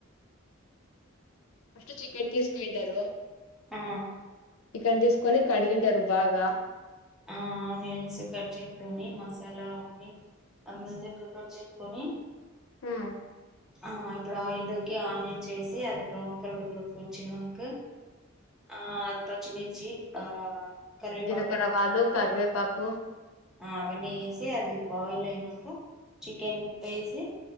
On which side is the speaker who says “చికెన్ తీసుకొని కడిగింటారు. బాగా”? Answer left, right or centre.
Left